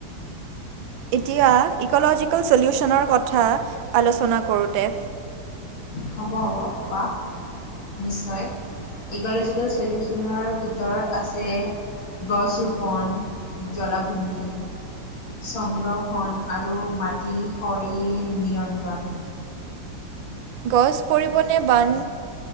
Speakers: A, on the right; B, on the left.
A: এতিয়া ইক'লজিকেল চলিউচনৰ কথা আলোচনা কৰোঁতে
B: হ'ব হ'ব কোৱা নিশ্চয় ইগ'লজিকেল চলিউচনৰ ভিতৰত আছে গছ ৰোপন জলাভূমি সংৰক্ষণ আৰু মাটিশয় নিয়ন্ত্ৰণ
A: গছ পৰিবনে বান